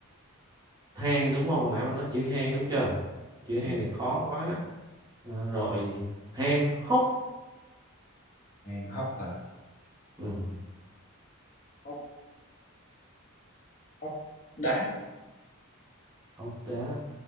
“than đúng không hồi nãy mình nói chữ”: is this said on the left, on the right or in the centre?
Right